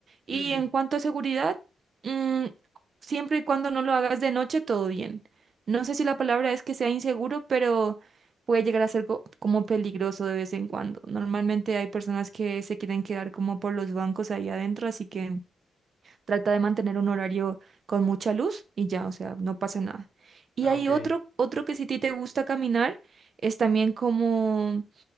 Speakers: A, on the right; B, on the left.
A: Y
B: Sí, sí.
A: en cuanto a seguridad, mm, siempre y cuando no lo hagas de noche, todo bien. No sé si la palabra es que sea inseguro, pero puede llegar a ser co- como peligroso de vez en cuando. Normalmente hay personas que se quieren quedar como por los bancos ahí adentro, así que trata de mantener un horario con mucha luz y ya, o sea, no pasa nada. Y
B: Ah,
A: hay
B: ok. Claro.
A: otro, otro que si a ti te gusta caminar, es también como,